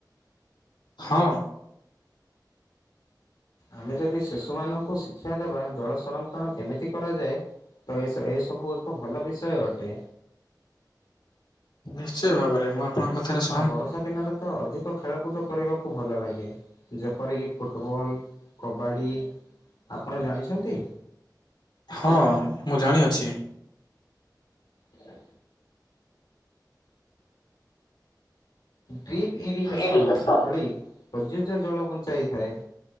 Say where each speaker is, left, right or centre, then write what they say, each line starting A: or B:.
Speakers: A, on the left (about 85°); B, on the left (about 70°).
A: ହଁ।
B: ଆମେ ଯଦି ଶିଶୁମାନଙ୍କୁ ଶିକ୍ଷା ଦେବା ଜଳ ସଂରକ୍ଷଣ କେମିତି କରାଯାଏ ତ ଏ ଏ ସବୁ ଏକ ଭଲ ବିଷୟ ଅଟେ।
A: ନିଶ୍ଚୟ ଭାବରେ ମୁଁ ଆପଣଙ୍କ କଥ ସ
B: ଆଉ ବର୍ଷା ଦିନରେ ତ ଅଧିକ ଖେଳକୁଦ କରିବାକୁ ଭଲ ଲାଗେ ଯେପରିକି ଫୁଟବଲ କବାଡ଼ି ଆପଣ ଜାଣିଛନ୍ତି?
A: ହଁ ମୁଁ ଜାଣିଅଛି।
B: ହ ଡ୍ରିପ ଇରିଗେସନ
A: ଏଇଠି ବସ
B: ଖୋଳି ପ୍ରଯୁଜ୍ୟ ଜଳ ବଞ୍ଚାଇଥାଏ।